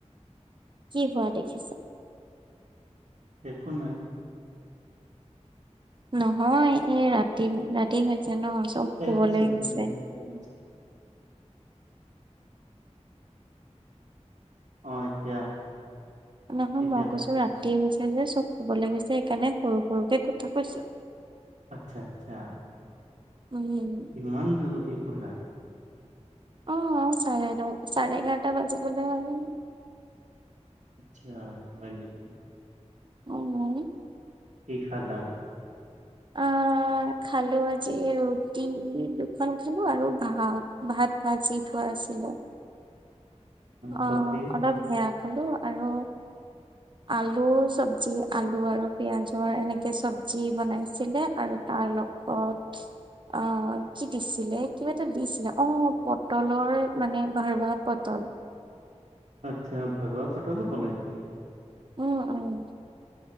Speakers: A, on the right; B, on the right.
A: কি হোৱা দেখিছ?
B: একো নাই
A: নহয় এই ৰাতি ৰাতি হৈছে ন চব শুবলে
B: এক ছেকেণ্ড
A: গৈছে
B: এক ছেকেণ্ড অ এতিয়া
A: নহয়
B: এতিয়া
A: মই কৈছোঁ ৰাতি হৈছে যে চব শুবলে গৈছে সেইকাৰণে সৰু সৰুকে কথা কৈছোঁ
B: আচ্ছা আচ্ছা
A: উম
B: ইমান জলদি হোলা
A: অ চাৰে চাৰে এঘাৰটা বাজি গ'লে আৰু
B: আচ্ছা হয় নেকি
A: অঁঅঁ
B: কি খালা
A: অঁ খালো আজি ৰুটি দুখন খালো আৰু ভাত ভাত ভাজি থোৱা আছিলে
B: চব্জি
A: অঁ অলপ সেয়া খালো আৰু আলু চব্জি আলু আৰু পিয়াঁজৰ এনেকে চব্জি বনাইছিলে আৰু তাৰ লগত অঁ কি দিছিলে কিবা এটা দিছিলে অ পটলৰ মানে ভাৰুৱা পটল
B: আচ্ছা <unintelligible> নেকি?
A: উম, উম।